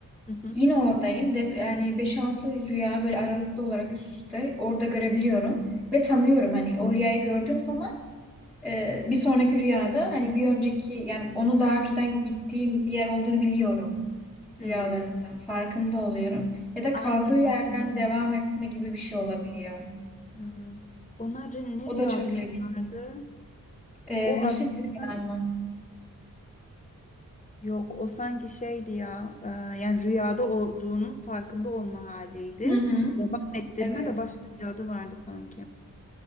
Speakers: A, on the left; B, in the centre.
A: Hı hı.
B: Yine oradayım de yani beş altı rüya böyle aralıklı olarak üst üste orada görebiliyorum ve tanıyorum
A: Hı.
B: hani o rüyayı gördüğüm zaman Ee, bir sonraki rüyada hani bir önceki yani onu daha önceden gittiğim bir yer olduğunu biliyorum
A: Hmm.
B: rüyalarımdan farkında oluyorum ya da
A: Aynen
B: kaldığı yerden
A: o böyle de
B: devam
A: oluyor.
B: etme gibi bir şey olabiliyor.
A: Hı. Ona rü- ne
B: O
A: rüya
B: da çok
A: diyorlardı?
B: ilginç. Ee,
A: O
B: lucid
A: aslında
B: rüya mı?
A: yok o sanki şeydi ya eee, yani rüyada olduğunun farkında olma haliydi.
B: Hı hı.
A: Devam ettirme
B: Evet.
A: de başka bir adı vardı sanki.